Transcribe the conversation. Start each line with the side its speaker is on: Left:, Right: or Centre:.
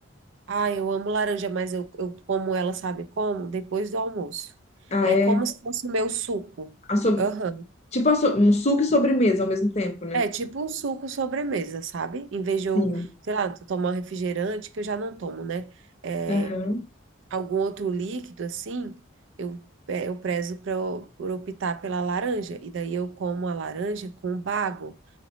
Right: Ah, eu amo laranja, mas eu, eu como ela, sabe como? Depois do almoço.
Left: Ah,
Right: É
Left: é.
Right: como se fosse o meu suco.
Left: A sob-
Right: Aham.
Left: Tipo, a so- um suco e sobremesa ao mesmo tempo, né?
Right: É tipo um suco sobremesa, sabe? Em vez de eu,
Left: Sim.
Right: sei lá, tomar um refrigerante, que eu já não tomo, né? É,
Left: Aham.
Right: algum outro líquido assim, eu, é, eu prezo pra eu- por optar pela laranja. E daí eu como a laranja com bago,